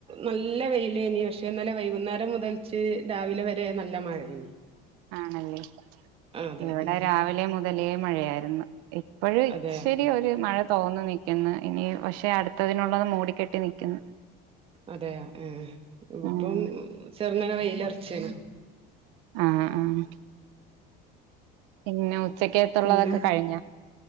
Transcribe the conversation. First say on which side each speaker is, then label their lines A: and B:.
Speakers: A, on the right; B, on the right.
A: നല്ല വെയിലേനി ഇനി പക്ഷെ ഇന്നലെ വൈകുന്നേരം മുതൽ കുച്ച് രാവിലെ വരെ നല്ല മഴയുണ്ട്
B: ആണല്ലേ
A: അതെ
B: എവിടെ
A: ഉം
B: രാവിലെ മുതലേ മഴയായിരുന്നു എപ്പഴും
A: അതെ
B: ശരി ഒരു മഴ തോന്നുന്നു നിൽക്കുന്നു ഇനി പക്ഷെ അടുത്തതിനുള്ളത് മൂടിക്കെട്ടി നിക്കുന്നു
A: അതെയ ഏഹ് ഇപ്പം
B: ഉം
A: ചെറുങ്ങന വെയിലറച്ചീന
B: ആഹ് ആഹ് പിന്നെ ഉച്ചക്കത്തുള്ളതൊക്കെ
A: പിന്നെ
B: കഴിഞ്ഞ